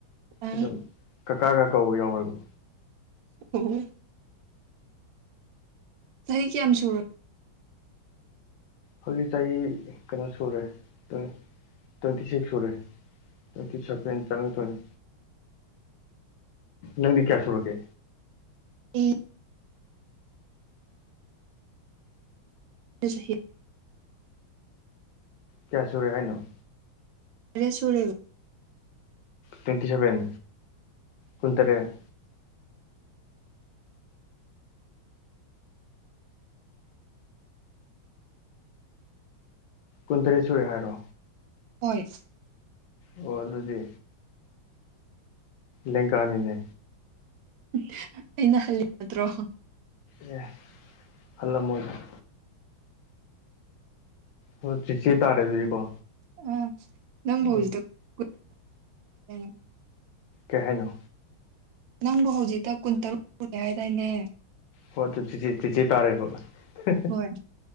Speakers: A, on the right; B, on the left.
A: ꯑ
B: ꯑꯗꯨꯝ ꯀꯀꯥ ꯒ ꯀꯧꯕ ꯌꯥꯎꯋꯦꯕ
A: <unintelligible> ꯆꯍꯤ ꯀꯌꯥꯝ ꯁꯨꯔ
B: ꯍꯧꯖꯤꯛ ꯆꯍꯤ ꯀꯩꯅꯣ ꯁꯨꯔꯦ ꯇ꯭ꯋꯦꯟ ꯇ꯭ꯋꯦꯟꯇꯤ ꯁꯤꯛꯁ ꯁꯨꯔꯦ ꯇ꯭ꯋꯦꯟꯇꯤ ꯁꯚꯦꯟ ꯆꯪꯉꯛꯇꯣꯏꯅꯤ ꯅꯪꯗꯤ ꯀꯌꯥ ꯁꯨꯔꯒꯦ
A: ꯢ ꯖꯨ ꯆꯍꯤ
B: ꯀꯌꯥ ꯁꯨꯔꯦ ꯍꯥꯏꯅꯣ
A: ꯇꯔꯦꯠ ꯁꯨꯔꯦꯕ
B: ꯇ꯭ꯋꯦꯟꯇꯤ ꯁꯚꯦꯟ ꯀꯨꯟ ꯇꯔꯦꯠ ꯀꯨꯟꯇꯔꯦꯠ ꯁꯨꯔꯦ ꯍꯥꯏꯔꯣ
A: ꯍꯣꯏ
B: ꯑꯣ ꯑꯗꯨꯗꯤ ꯂꯦꯡꯒꯥꯅꯤꯅꯦ
A: <unintelligible> ꯑꯩꯅ ꯍꯜꯂꯤ ꯅꯠꯇ꯭ꯔꯣ
B: ꯑꯦ ꯍꯜꯂꯝꯃꯣꯢꯗ ꯍꯣ ꯆꯤꯆꯦ ꯇꯥꯔꯦ ꯑꯗꯨꯗꯤꯀꯣ
A: ꯎꯝ ꯅꯪꯕꯨ
B: ꯎꯝ
A: ꯍꯨꯖꯤꯛꯇ <unintelligible>
B: ꯀꯩꯍꯥꯢꯅꯣ
A: ꯅꯪꯕꯨ ꯍꯧꯖꯤꯛꯇ ꯀꯨꯟꯇꯔꯨꯛ ꯁꯨꯔꯦ ꯍꯥꯏꯗꯥꯏꯅꯦ
B: ꯍꯣ ꯑꯗꯨ ꯆꯤꯆꯦ ꯆꯤꯆꯦ ꯇꯥꯔꯦꯕ ꯍꯦꯍꯦ
A: ꯍꯣꯏ